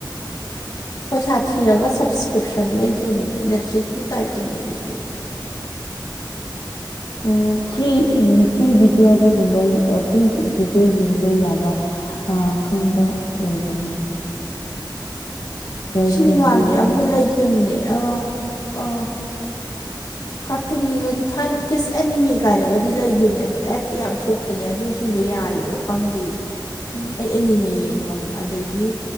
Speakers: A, on the left (about 50°); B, on the left (about 75°).
A: ꯄꯩꯁꯥ ꯊꯤꯔꯒ ꯁꯞꯁꯀ꯭ꯔꯤꯞꯁꯟ ꯂꯩꯗꯣꯏꯅꯦ ꯅꯦꯠꯐ꯭ꯂꯤꯛꯀꯤ ꯇꯥꯏꯞꯇꯅꯦ ꯁꯤꯁꯨ
B: ꯑꯣ ꯐ꯭ꯔꯤ ꯐ꯭ꯔꯤ ꯚꯤꯗꯤꯑꯣꯗꯒꯨꯝꯕ ꯐ꯭ꯔꯤ ꯚꯤꯗꯤꯑꯣ ꯌꯦꯡꯕ ꯌꯥꯕ ꯑ ꯈꯪꯕ ꯂꯩꯕ꯭ꯔꯣ ꯅꯪ ꯀꯥꯔꯇꯨꯟꯒꯤꯒꯨꯝ
A: ꯁꯤꯅꯦꯃꯥꯒꯤ ꯑꯃ ꯂꯩꯈꯤꯕꯅꯦ ꯑꯥ ꯑꯥ ꯀꯥꯔꯇꯨꯟꯒꯤꯒꯗꯤ ꯊꯥꯏꯅ ꯀꯤꯁ ꯑꯦꯅꯤꯃꯤ ꯀꯥꯏꯅꯒꯗꯤ ꯂꯩꯒꯤꯈꯤꯕꯅꯦ ꯑꯗꯣ ꯑꯦꯠꯇꯤ ꯌꯥꯝ ꯊꯣꯛ ꯆꯄꯅꯦ ꯑꯗꯨꯁꯤꯡꯗꯣ ꯌꯥꯔꯤꯕ꯭ꯔꯥ ꯈꯪꯗꯤꯌꯦ
B: ꯎꯝ
A: ꯑꯩ ꯑꯦꯅꯤꯃꯦ ꯌꯦꯡꯐꯝ ꯑꯗꯒꯤ